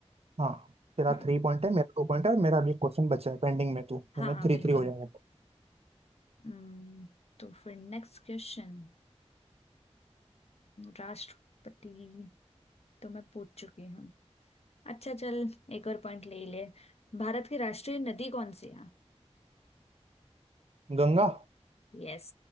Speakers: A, on the right (about 60°); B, on the left (about 65°).
A: हाँ तेरा
B: हम्म
A: थ्री पॉइंट है मेरा टू पॉइंट है और मेरा अभी क्वेश्चन बचा है पेंडिंग में तू
B: हाँ
A: मैंने
B: हाँ
A: थ्री
B: बिल्कुल
A: थ्री हो जाएगा
B: हम्म तो फिर नेक्स्ट क्वेश्चन राष्ट्रपति तो मैं पूछ चुकी हूँ अच्छा चल एक और पॉइंट ले ही ले भारत की राष्ट्रीय नदी कौन सी है
A: गंगा
B: यस